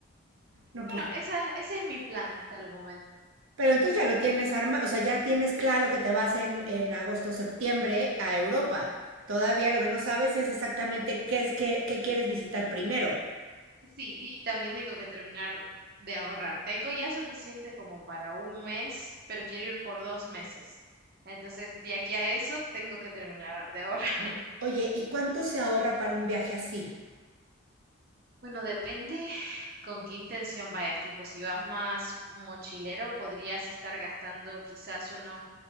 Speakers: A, on the right (about 80°); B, on the right (about 50°).
A: No,
B: Y bueno,
A: pues
B: esa, ese es mi plan hasta el momento.
A: Pero entonces ya lo tienes arma, o sea, ya tienes claro que te vas en, en agosto, septiembre a Europa. Todavía lo
B: Sí.
A: que no sabes es exactamente qué es qué, qué quieres visitar primero.
B: Sí, y también tengo que terminar de ahorrar. Tengo ya suficiente como para un mes, pero quiero ir por dos meses. Entonces, de aquí a eso, tengo que terminar de ahorrar.
A: Oye, ¿y cuánto se ahorra para un viaje así?
B: Bueno, depende con qué intención vayas. Tipo, si vas más mochilero, podrías estar gastando quizás unos